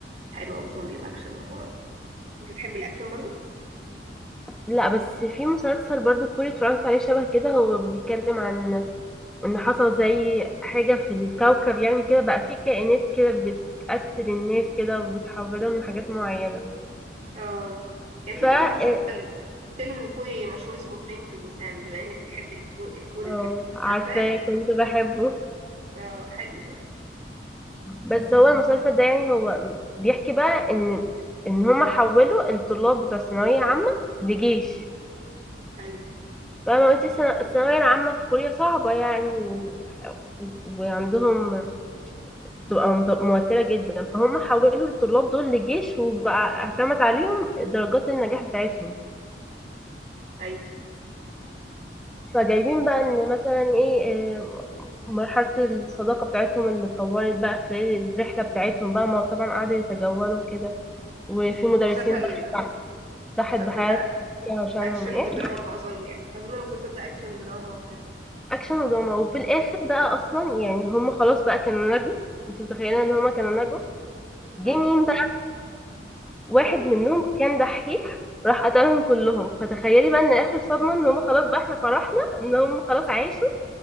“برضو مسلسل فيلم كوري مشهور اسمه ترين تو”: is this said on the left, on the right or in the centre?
Right